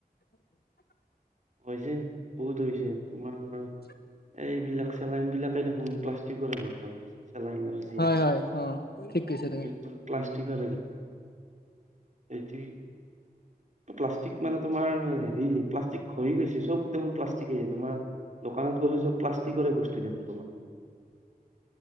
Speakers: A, on the left (about 75°); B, on the right (about 45°).
A: <unintelligible>
B: হৈছে, বহুত হৈছে। তোমাৰে
A: <unintelligible>
B: এইবিলাক চেলাইন বিলাকে দেখোন প্লাষ্টিকৰে বটল মানে চেলাইন যি
A: হয়
B: হেৰি
A: হয়
B: কৰে।
A: অ ঠিক কৈছা তুমি
B: বেলতল প্লাষ্টিকৰে এতি, প্লাষ্টিক মানে তোমাৰ হেৰি প্লাষ্টিক হৈ গৈছে চব <unintelligible> প্লাষ্টিকে তোমাৰ দোকানত গ'লে চব প্লাষ্টিকৰে বস্তু দেখোন তোমাৰ।